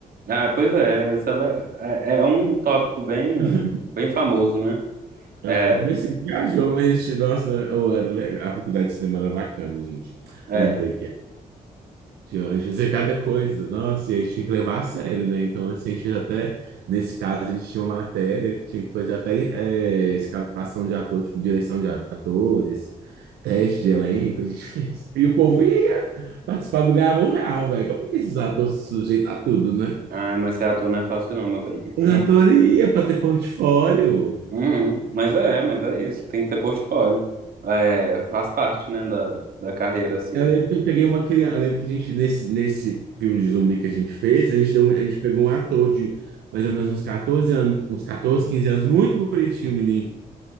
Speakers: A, on the right; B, on the right.
A: Ah, pois é, essa é, é, é um tópico bem,
B: <laughs>
A: bem famoso, né?
B: É,
A: É,
B: vê se viajou, mas a gente, nossa, né? Ou era legal. A faculdade de cinema era bacana, gente.
A: É.
B: Lembrei que Tinha- A gente fazia cada coisa, nossa, e a gente tinha que levar a sério, né? Então, assim, a gente fez até, nesse caso, a gente tinha uma matéria que tinha que fazer até é, escalação de ator, tipo, direção de atores, teste de elenco, a gente <laughs> fez. E o povo ia participar do Ganhava um Real, velho. Como que esses atores se sujeitam a tudo, né?
A: Ai, mas ser ator não é fácil não, meu bem. <laughs>
B: Os
A: <clears throat>
B: atores iam para ter portfólio.
A: Uhum. Mas é, mas é isso. Tem que ter portfólio. É, faz parte, né, da, da carreira, assim.
B: Eu lembro que eu peguei uma criança. Eu lembro que a gente, nesse, nesse filme de zumbi que a gente fez, a gente deu, um- a gente pegou um ator de mais ou menos uns 14 anos, uns 14, 15 anos, muito bonitinho, o menino,